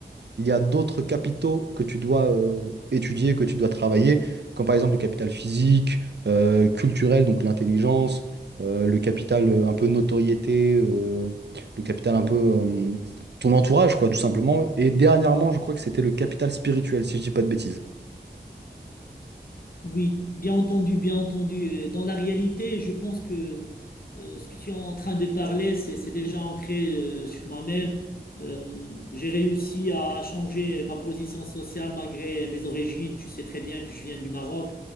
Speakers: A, on the right (about 70°); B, on the left (about 55°).
A: Il y a d'autres capitaux que tu dois euh, étudier, que tu dois travailler, comme par exemple le capital physique, euh, culturel, donc l'intelligence, euh, le capital euh, un peu notoriété, euh, le capital un peu euh, ton entourage, quoi, tout simplement. Et dernièrement, je crois que c'était le capital spirituel, si je dis pas de bêtises.
B: Oui, bien entendu, bien entendu. Euh, Dans la réalité, je pense que euh, ce que tu es en train de parler, c'est c'est déjà ancré euh, sur moi-même. Euh, j'ai réussi à changer ma position sociale malgré mes origines. Tu sais très bien que je viens du Maroc